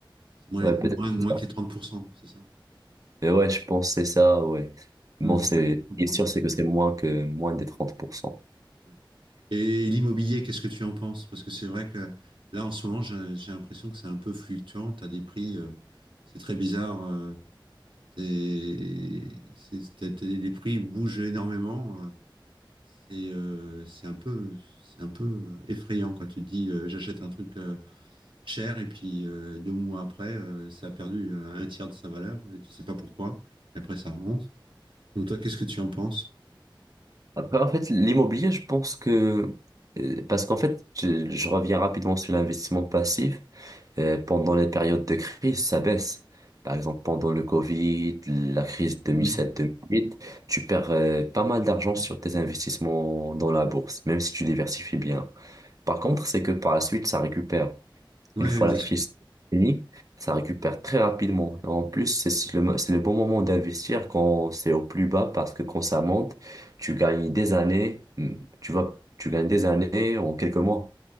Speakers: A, on the right; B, on the right.
A: C'est moins,
B: Ouais,
A: les-
B: peut-être
A: moins, moins
B: c'est ça.
A: que les 30%, c'est ça?
B: Mais ouais, je pense que c'est ça, ouais. Bon,
A: Hmm.
B: c'est,
A: Ouais, je
B: ce
A: comprends.
B: qui est sûr, c'est que c'est moins que, moins des 30%.
A: Ouais. Et l'immobilier, qu'est-ce que tu en penses? Parce que c'est vrai que là, en ce moment, j'ai j'ai l'impression que c'est un peu fluctuant. Tu as des prix, euh, c'est très bizarre. euh, des- c'est- t'as- t'as- les prix bougent énormément. euh, C'est euh, c'est un peu, c'est un peu euh, effrayant quand tu te dis euh, j'achète un truc euh, cher et puis euh, deux mois après, euh, ça a perdu euh, un tiers de sa valeur et tu sais pas pourquoi. Et après, ça remonte. Donc toi, qu'est-ce que tu en penses?
B: Après, en fait, l'immobilier, je pense que, euh, parce qu'en fait, je, je reviens rapidement sur l'investissement passif. Euh, pendant les périodes de crise, ça baisse. Par exemple, pendant le Covid, la crise 2007-2008,
A: Mm.
B: tu perds euh, pas mal d'argent sur tes investissements dans la bourse, même si tu diversifies bien. Par contre, c'est que par la suite, ça récupère.
A: Ouais,
B: Une fois
A: bien
B: la crise
A: sûr.
B: finie, ça récupère très rapidement. Et en plus, c'est si le, mo- c'est le bon moment d'investir quand c'est au plus bas, parce que quand ça monte, tu gagnes des années, hmm, tu vois, tu gagnes des années en quelques mois.